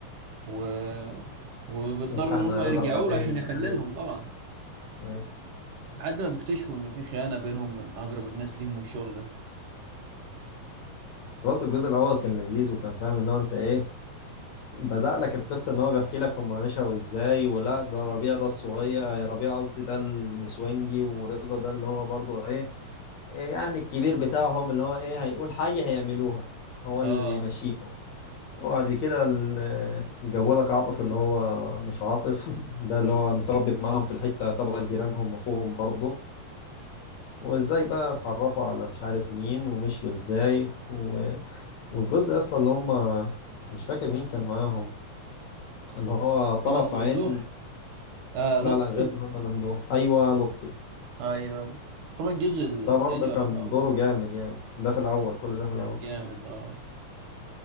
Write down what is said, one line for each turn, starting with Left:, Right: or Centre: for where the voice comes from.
Right: و... وبيضطروا
Left: الحقنا
Right: ان هم
Left: يا
Right: يرجعوا
Left: رضا بعدين
Right: له عشان يحل
Left: اي
Right: لهم طبعا
Left: اي
Right: لحد ما بيكتشفوا ان في خيانة بينهم من اقرب الناس ليهم والشغل ده
Left: بس برضه الجزء الاول كان لذيذ وكان فاهم اللي هو انت ايه بدأ لك القصة ان هو بيحكي لك هم نشأوا ازاي ولا ده ربيع ده الصغير آه، ربيع قصدي ده النسوانجي ورضا ده اللي هو برضه ايه إيه يعني الكبير بتاعهم اللي هو ايه هيقول حاجة هيعملوها هو
Right: اه
Left: اللي بيمشيهم وبعد كده ال- جابوا لك عاطف اللي هو مش عاطف <laughs> ده اللي هو متربي معاهم في الحتة طبعا جيرانهم واخوهم برضه وازاي بقى اتعرفوا على مش عارف مين ومشيوا ازاي و... والجزء يا اسطى اللي هم مش فاكر مين كان معاهم اللي هو طرف
Right: محمد ممدوح
Left: عين
Right: آه
Left: لا
Right: لطفي
Left: لا غير محمد ممدوح ايوه لطفي
Right: ايوه ايوه خروج الجزء الثاني
Left: ده برضه كان
Right: ولا الاول
Left: دوره جامد يعني ده في الاول كل ده في
Right: كان
Left: الاول
Right: جامد اه